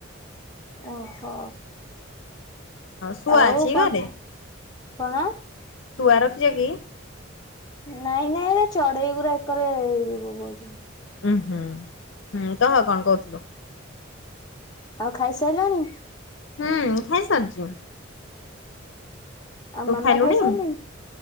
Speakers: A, on the left (about 20°); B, on the left (about 75°).
A: ଓହୋ।
B: ଶୁଆ
A: ଆଉ
B: ଅଛି
A: କଣ
B: ଘରେ
A: କଣ।
B: ଶୁଆ ରଖିଜ କି?
A: ନାଇଁ ନାଇଁ ଏରା ଚଡେଇ ଗୁରା ଏକରେ ବୋବଉଚନ୍ତି।
B: ଉଁ ହୁଁ ହୁଁ କହ କଣ କହୁଥିଲୁ?
A: ଆଉ ଖାଇସାଇଲଣି।
B: ହୁଁ ଖାଇ ସାରଚି।
A: ଆଉ
B: ତୁ
A: ମାମା
B: ଖାଇଲୁଣି।
A: ଖାଇସାରିଲେଣି?